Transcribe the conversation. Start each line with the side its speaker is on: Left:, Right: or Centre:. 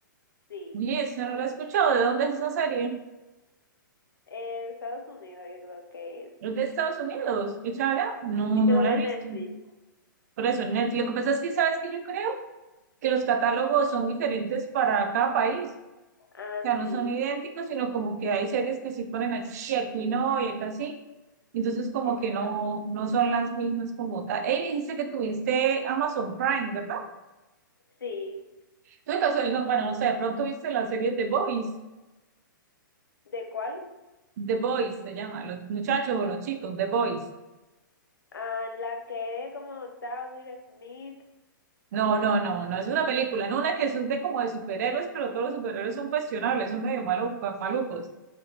Left: sí.
Right: Oye, eso no lo he escuchado. ¿De dónde es esa serie?
Left: Eh, de Estados Unidos, yo creo que es.
Right: Es de Estados Unidos. ¿Qué charla? No,
Left: que
Right: no
Left: lo
Right: la
Left: de
Right: he visto.
Left: Netflix.
Right: Por eso, Netflix. Lo que pasa es que sabes que yo creo que los catálogos son diferentes para cada país.
Left: Ah,
Right: O sea, no
Left: sí,
Right: son idénticos, sino como que hay series que sí ponen aquí, y aquí no, y acá sí. Entonces, como
Left: está.
Right: que no, no son las mismas como tal. Ey, dijiste que tuviste Amazon Prime, ¿verdad?
Left: Sí,
Right: Tú de casualidad, no, bueno, no sé, de pronto viste la serie The Boys.
Left: ¿de cuál?
Right: The Boys se llama, los muchachos o los chicos, The Boys.
Left: Ah, la que es como está Will Smith.
Right: No, no, no, no es una película, no una que es de como de superhéroes, pero todos los superhéroes son cuestionables, son medio malu- malucos.